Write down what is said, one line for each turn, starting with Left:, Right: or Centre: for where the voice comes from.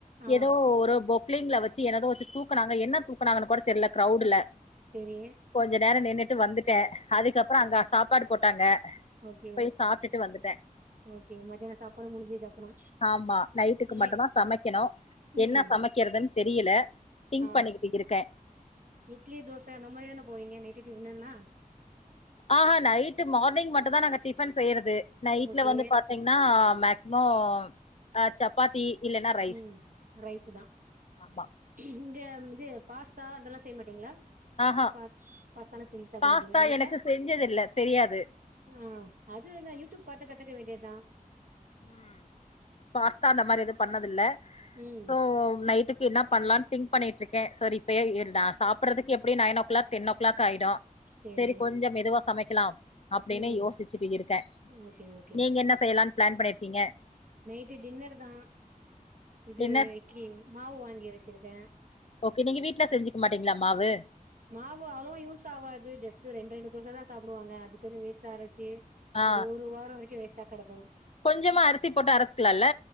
Right: ஆ
Left: ஏதோ ஒரு பொக்ளிங்ல வச்சு எனதோ வச்சு தூக்கனாங்க என்ன தூக்கனாங்கு கூட தெர்ல கிரவுடுல
Right: செரி
Left: கொஞ்ச நேரோ நின்னுட்டு வந்துட்ட அதுக்கப்புறோ அங்க சாப்பாடு போட்டாங்க
Right: ஓகே
Left: போய் சாப்ட்டுட்டு வந்துட்ட
Right: ஓகே மதியான சாப்படு முடிஞ்சிது அப்பறோ
Left: ஆமா நைட்டுக்கு
Right: நே
Left: மட்டுந்தா சமைக்கணு
Right: ம்
Left: என்ன சமைக்கிறதுன்னு தெரியல திங்க்
Right: ஆ
Left: பண்ணிக்கிட்டு இருக்கே
Right: இட்லி தோச அந்த மாரி தானே போவீங்க நைட்டு டிஃப்னெல்லா
Left: ஆஹா நைட்டு மார்னிங் மட்டு தா நாங்க டிஃபன் செய்யறது நைட்ல
Right: ஓகே
Left: வந்து பாத்தீங் ன்னா மேக்சிமோ அ சப்பாத்தி இல்லன்னா ரைஸ்
Right: ம் ரைஸு தா
Left: ஆமா
Right: இது இது பாஸ்தா அதெல்லா செய்ய மாட்டீங்களா
Left: ஆஹா
Right: பாஸ் பாஸ்தாலி செஞ்சு சாப்ட
Left: பாஸ்தா
Right: மாடிங்களா நைட்ல
Left: எனக்கு செஞ்சதில்ல தெரியாது
Right: ஆ அது என்னா யூடியூப் பாத்து கத்துக்க வேண்டியதுதா
Left: ம் பாஸ்தா அந்த மாரி எது பண்ணதில்ல
Right: ம்
Left: சோ நைட்டுக்கு என்ன பண்ணலான்னு திங்க் பண்ணிட்டு இருக்கே சரி இப்ப நா சாப்படுறதுக்கு எப்டியு nine o'clock ten o'clock ஆயிடும்
Right: சேரி
Left: சரி கொஞ்சோ மெதுவா சமைக்கலாம் அப்டின்னு
Right: ம்
Left: யோசிச்சுட்டு இருக்க
Right: ஓகே ஓகே
Left: நீங்க என்ன செய்யலானு பிளான் பண்ணிருக்கீங்க
Right: நைட்டு டின்னரு தா இது
Left: என்ன
Right: இட்லி மாவு வாங்கி வச்சிருக்க
Left: ஓகே நீங்க வீட்ல செஞ்சிக்க மாட்டீங்களா மாவு
Right: மாவு அவ்ளோவா யூஸ் ஆவாது ஜஸ்ட்டு ரெண்டு ரெண்டு தோச தா சாப்டுவாங்க அதுக்குன்னு வேஸ்ட்டா அரச்சி
Left: ஆ
Right: அது ஒரு வாரோ வரைக்கு வேஸ்ட்டா கடக்கு
Left: கொஞ்சமா அரிசி போட்டு அரச்சுக்கலால்ல